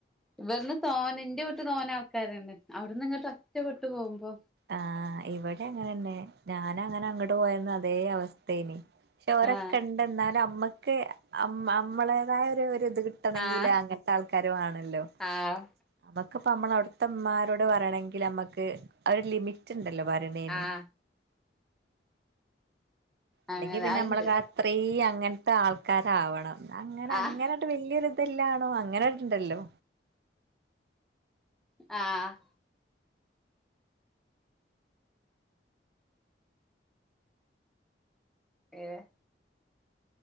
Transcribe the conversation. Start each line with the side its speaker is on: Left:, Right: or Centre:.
Centre: ഇവിട്ന്ന് തോനെ ന്റെ വീട്ട് തോനെ ആൾക്കാര്ണ്ട് അവിടുന്ന്ങ്ങട്ട് ഒറ്റ പെട്ട് പോകുമ്പോ.
Right: ആഹാ, ഇവിടിം അങ്ങനെന്നെ ഞാന ങ്ങനെ അങ്ങട് പോയന്ന് അതേ അവസ്ഥേന്. പക്ഷോരൊക്കെ
Centre: ആഹ്
Right: ഉണ്ടെന്നാലും അമ്മക്ക്അം അമ്മളേതായ ഒരു ഇത് കിട്ട ട്ടണെങ്കില്
Centre: ആഹ്
Right: അങ്ങൻത്തെ ആൾക്കാര് വാണല്ലോ.
Centre: ആഹ്
Right: നമ്മുക്കിപ്പ അമ്മള അവിട്ത്തമ്മാരോട് പറണെങ്കിൽ അമ്മക്ക് ഒര്ലിമിറ്റ്ണ്ടല്ലോ പറണേന്.
Centre: ആഹ്
Right: അല്ലെങ്കി
Centre: അങ്ങനെ
Right: പിന്നെ
Centre: അത്ണ്ട്
Right: നമ്മൾക അത്രീം അങ്ങൻത്തെ ആൾക്കാരാവണം, അങ്ങനെ
Centre: ആഹ്
Right: അങ്ങനാണ്ട് വല്യൊരു. ഇതല്ലാണോ അങ്ങനെണ്ടല്ലോ.
Centre: ആഹ് ഏഹ്